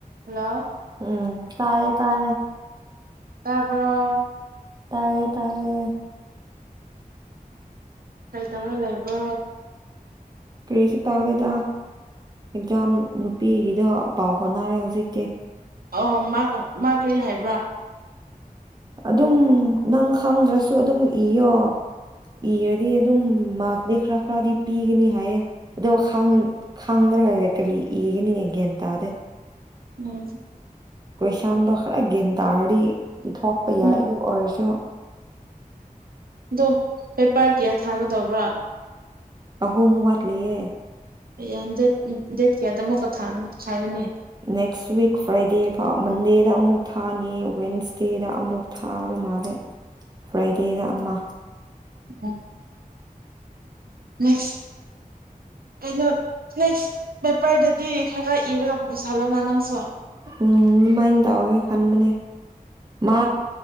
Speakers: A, on the right; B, on the right.
A: hello
B: ꯎꯝ ꯇꯥꯏꯌꯦ ꯇꯥꯏꯌꯦ
A: ꯇꯥꯕꯔ‌ꯣ
B: ꯇꯥꯏꯌꯦ ꯇꯌꯦ
A: ꯀꯩ ꯇꯧꯔ ꯂꯩꯕ꯭ꯔꯣ
B: ꯀꯔꯤꯁꯨ ꯇꯧꯗꯦꯗ ꯑꯦꯛꯖꯥꯝ ꯅꯨꯄꯤꯒꯤꯗ ꯄꯥꯎ ꯍꯣꯠꯅꯔꯦ ꯍꯧꯖꯤꯛꯇꯤ
A: ꯑ ꯃꯥ ꯀꯔꯤ ꯍꯥꯏꯕ
B: ꯑꯗꯨꯝ ꯅꯪ ꯈꯪꯗ꯭ꯔꯁꯨ ꯑꯗꯨꯝ ꯏꯌꯣ ꯏꯔꯗꯤ ꯑꯗꯨꯝ ꯃꯥꯔꯗꯤ ꯈꯔ ꯈꯔꯗꯤ ꯄꯤꯒꯅꯤ ꯍꯥꯏꯌꯦ ꯑꯗꯣ ꯈꯥꯡꯗ꯭ꯔꯒ ꯀꯔꯤ ꯏꯒꯅꯤꯒ ꯒꯤꯦꯟꯇꯥꯗ
A: ꯎꯝ
B: ꯀꯣꯏꯁꯥꯟꯗꯣꯈꯔꯒ ꯒꯤꯟ ꯇꯥꯔꯤ ꯏꯊꯣꯛꯄ ꯌꯥꯏ
A: ꯎꯝ
B: ꯑꯗꯨ ꯑꯣꯏꯔꯁꯨ
A: ꯑꯗꯣ ꯄꯦꯄꯔ ꯀꯌꯥ ꯊꯥꯒꯗꯧꯕ꯭ꯔꯥ
B: ꯑꯍꯣ ꯃꯨ ꯋꯥꯠꯂꯤꯌꯦ
A: ꯌꯥꯗꯦ ꯗꯦꯠ ꯀꯌꯥꯗ ꯑꯃꯨꯛꯀ ꯊꯥꯒꯅꯤ
B: ꯅꯦꯛꯁ ꯋꯤꯛ ꯐ꯭ꯔꯥꯏꯗꯦ ꯐꯥꯎ ꯃꯟꯗꯦꯗ ꯑꯃꯨꯛ ꯊꯥꯅꯤ ꯋꯦꯟꯁꯗꯦꯗ ꯑꯃꯨꯛ ꯊꯥꯕ ꯃꯥꯜꯂꯦ ꯐ꯭ꯔꯥꯏꯗꯦꯗ ꯑꯃ
A: ꯎ ꯅꯦꯛꯁ ꯀꯩꯅꯣ ꯅꯦꯛꯁ ꯄꯦꯄꯔꯗꯗꯤ ꯈꯔ ꯏꯔꯒ ꯄꯨꯁꯜꯂꯣꯅ ꯅꯪꯁꯨ
B: ꯎꯝ ꯑꯗꯨꯃꯥꯏꯅ ꯇꯧꯔꯒꯦ ꯈꯟꯕꯅꯦ ꯃꯥ